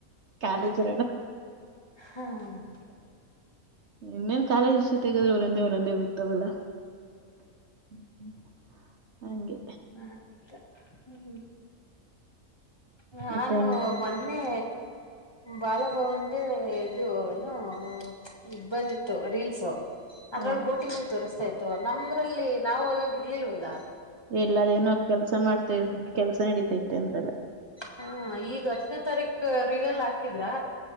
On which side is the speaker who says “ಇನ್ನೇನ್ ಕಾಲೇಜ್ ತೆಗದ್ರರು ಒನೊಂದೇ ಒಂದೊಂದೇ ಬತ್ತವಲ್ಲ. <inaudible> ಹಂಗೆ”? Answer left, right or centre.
Right